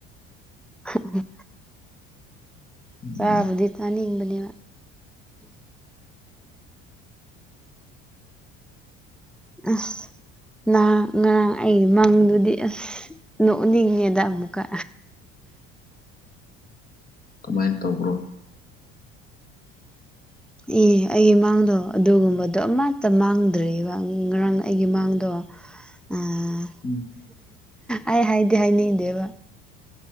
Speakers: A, in the centre; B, on the left.
A: ꯍꯨꯝ ꯍꯨꯝ
B: ꯎꯝ
A: ꯆꯥꯕꯗꯤ ꯆꯥꯅꯤꯡꯕꯅꯦꯕ ꯑꯁ ꯉꯔꯥꯡ ꯑꯩ ꯃꯪꯗꯨꯗꯤ ꯑꯁ ꯅꯣꯛꯅꯤꯡꯉꯦꯗ ꯑꯃꯨꯛꯀ
B: ꯀꯃꯥꯏꯅ ꯇꯧꯕ꯭ꯔꯣ ꯍ
A: ꯑꯦ ꯑꯩꯒꯤ ꯃꯥꯡꯗꯣ ꯑꯗꯨꯒꯨꯝꯕꯗꯣ ꯑꯃꯠꯇ ꯃꯥꯡꯗ꯭ꯔꯤꯑꯕ ꯉꯔꯥꯡ ꯑꯩꯒꯤ ꯃꯥꯡꯗꯣ ꯎꯝ
B: ꯎꯝ
A: ꯑꯩ ꯍꯥꯏꯗꯤ ꯍꯥꯏꯅꯤꯡꯗꯦꯕ